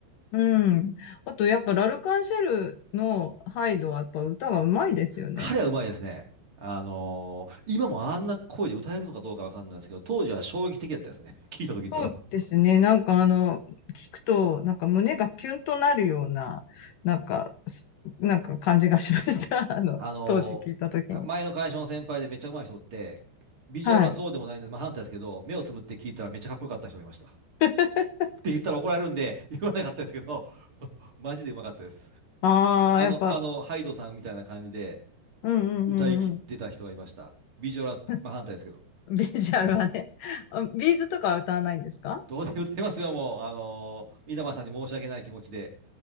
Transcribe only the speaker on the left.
うん。あと、やっぱ、ラルカンシェルのハイドは、やっぱ歌がうまいですよね。
そうですね。なんか、あの、聞くと、なんか胸がキュンとなるような、なんか、すなんか感じがしました。<laughs> あの、
当時聞いたときに。
はい。
<laughs>
ああ、
やっぱ、
うんうんうん
うん。<laughs> ビジュアルはね。あビーズとかは歌わないんですか